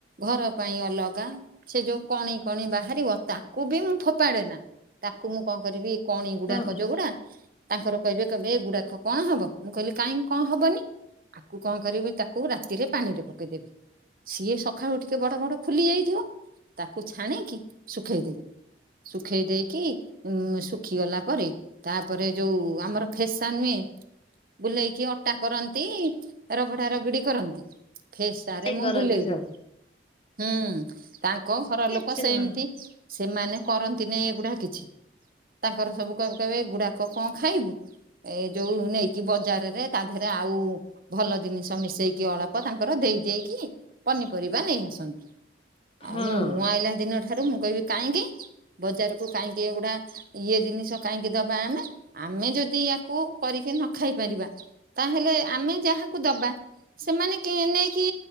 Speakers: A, on the right (about 50°); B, on the left (about 30°).
A: ଘର ପାଇଁ ଅଲଗା, ସେ ଯୋଉ କଣି କଣି ବାହାରିବ ତାକୁ ବି ମୁଁ ଫୋପାଡେ ନା,। ତାକୁ ମୁଁ କଣ କରିବି କଣି ଗୁଡାକ
B: ହଁ
A: ଜଉଗୁଡା ତାଙ୍କର କହିବେ କିହିବେ ଏଇଗୁଡାକ କଣ ହବ ମୁଁ କହିଲି କାଇଁ କଣ ହବନି ଆକୁ କଣ କରିବି ତାକୁ ରାତିରେ ପାଣି ରେ ପକେଇଦେବି। ସିଏ ସଖାଳୁ ଟିକେ ବଡ ବଡ ଫୁଲି ଯାଇଥିବ ତାକୁ ଛାଣିକି ଶୁଖେଇଦେବି। ଶୁଖେଇ ଦେଇକି, ଉଁ ଶୁଖିଗଲା ପରେ ତାପରେ ଯୋଉ ଆମର ଫେସା ନୁଏ ବୁଲେଇକି ଅଟା କରନ୍ତି ରଗଡା ରଗଡି କରନ୍ତି। ଫେସାରେ
B: ସେଇ
A: ମୁଁ
B: କରନ୍ତି
A: ବୁଲେଇଦେବି
B: ସବୁ।
A: ହୁଁ ତାଙ୍କ ଘର
B: କିଛି
A: ଲୋକ ସେମିତି
B: ନୁହଁ
A: ସେମାନେ କରନ୍ତି ନେଇଁ ଏଗୁଡା କିଛି ତାଙ୍କର ସବୁ କହିବେ କହିବେ ଏଗୁଡାକ କଣ ଖାଇବୁ? ଏ ଯୋଉ ନେଇକି ବଜାରରେ ତା ଧେରେ ଆଉ ଭଲ ଜିନିଷ ମିଶେଇକି ଅଳ ତାଙ୍କର ଦେଇ ଦେଇକି ପନିପରିବା ନେଇ ଆସନ୍ତି।
B: ହଁ
A: ଆଉ ମୁଁ ଆଇଲା ଦିନ ଠାରୁ ମୁଁ କହିବି କାଇଁ କି ବଜାରକୁ କାଇଁ କି ଏଗୁଡା ଇଏ ଦିନିଷ କାଇଁ କି ଦବା ଆମେ ଆମେ ଯଦି ୟାକୁ କରିକି ନ ଖାଇ ପାରିବା ତାହେଲେ ଆମେ ଯାହାକୁ ଦବା ସେମାନେ କିଣି ନେଇକି